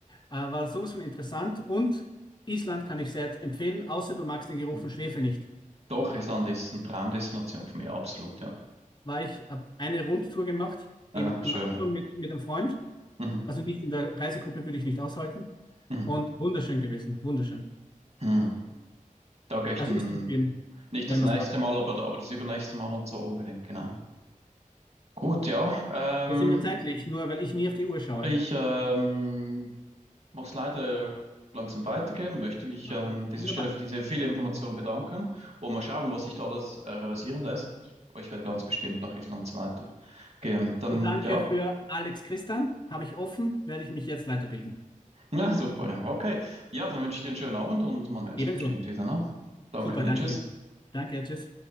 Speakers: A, on the left; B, on the right.
A: war sowas von interessant. Und Island kann ich sehr empfehlen, außer du magst den Geruch
B: Mhm.
A: von Schwefel nicht.
B: Doch, Island ist eine Traumdestination für mich, absolut, ja.
A: War ich, habe eine Rundtour gemacht
B: Äh,
A: im,
B: schöner.
A: im Auto mit, mit einem Freund,
B: Mhm.
A: also nicht in der Reisegruppe würde ich nicht aushalten.
B: Mhm.
A: Und wunderschön gewesen, wunderschön.
B: Mhm. Da gehe ich
A: Also
B: dann
A: ist zu empfehlen,
B: nicht
A: wenn
B: das
A: man
B: nächste
A: es mag.
B: Mal, aber, aber das übernächste Mal und so unbedingt, genau. Gut, ja. Ähm,
A: Wo sind wir zeitlich? Nur weil ich nie auf die Uhr schaue.
B: ich ähm, muss leider langsam weitergehen und möchte mich
A: Ja,
B: an dieser
A: wunderbar.
B: Stelle für diese viele Informationen bedanken und mal schauen, was sich da alles äh, realisieren lässt. Ich werde ganz bestimmt nach Island so weitergehen. Dann
A: Und danke
B: ja,
A: für Alex Christian. Habe ich offen, werde ich mich jetzt weiterbilden.
B: Ja, super. ja. Okay. Ja, dann wünsche ich dir einen schönen Abend und man hört
A: Ebenso.
B: sich bestimmt wieder, ne? Danke
A: Super,
B: dir.
A: danke
B: Tschüss.
A: dir. Danke, tschüss.